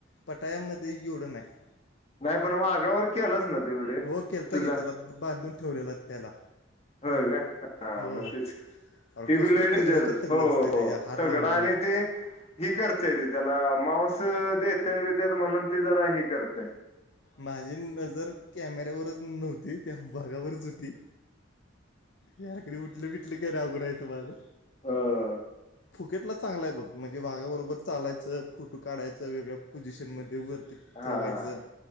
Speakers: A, on the left; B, on the left.
A: पटायामध्ये जोडण आहे.
B: नाही पण म आगावर केलंच ना तेवढ
A: हो केलता
B: तुझा.
A: की त्याला बांधून ठेवलेला त्याला
B: हो का हा
A: हो
B: म
A: अरे
B: टि
A: कसलं
B: वि लईड
A: तगडंच्या तगडं
B: हो.
A: असतंय त्याच्या हात
B: तर
A: लावलेला
B: गडा आणि ते. ही करतेय त त्याला मांस देत बितत म्हणून ती जरा ही करतेय.
A: माझी नजर कॅमेऱ्यावरच नव्हती. त्या भागावरच होती याकडे उठलं बिटलं कायला अगडयचं माझं.
B: ह
A: फुकटला चांगला आहे बघ म्हणजे वाघाबरोबर चालायचं फोटो काढायचं वेगळ्या पोझिशनमध्ये वर. तर
B: हा
A: ते वयचं.
B: हा